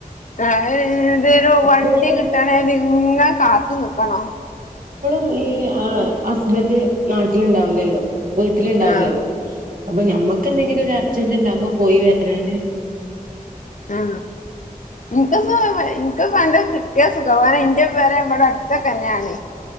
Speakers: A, on the left; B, on the right.
A: അ അയ് എന്തെരു
B: എപ്പോഴും
A: വണ്ടി കിട്ടാനായാലും ഇങ്ങനെ കാത്ത് നിക്കണോ
B: പ്പം ഈ ആ ഹസ്ബെന്റ് നാട്ട്ൽ ഇണ്ടാവ്‌ലല്ലോ വീട്ട്ൽ ഇണ്ടാവ്‌ലല്ലോ
A: ആഹ്
B: അപ്പ ഞമ്മെക്ക് എന്തെങ്കിലും ഒര് അർജെന്റ് ഇണ്ടാവുമ്പം പോയി വരാന്
A: ആ ഇൻക്ക് അപ്പോ ഭയ ഇൻക്ക് അപ്പോ ഭയകര കിട്ടിയാ സുഖമായി ന്റെ പെര ഇബെടെ അട്ത്തൊക്കെന്നെയാണ്